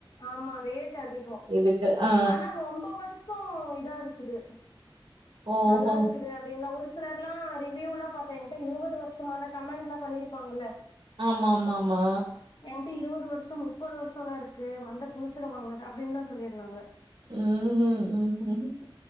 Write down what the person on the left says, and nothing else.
ஆமா ரேட் அதிகோ
ஆனா ரொம்ப வருஷோ இதா இருக்குது
நல்லா இருக்குது அப்டியே ஒரு சிலர்ல்லா ரிவியூல்லா பாத்தே ஏங்கிட்ட இருவது வருஷமா அந்த கமெண்ட்ல்லா பண்ணிருப்பாங்கல்ல
என்ட இருவது வருஷோ முப்பது வருஷம்லா இருக்கு வந்த புதுசுல வாங்குனது அப்டின்லா சொல்லிருந்தாங்க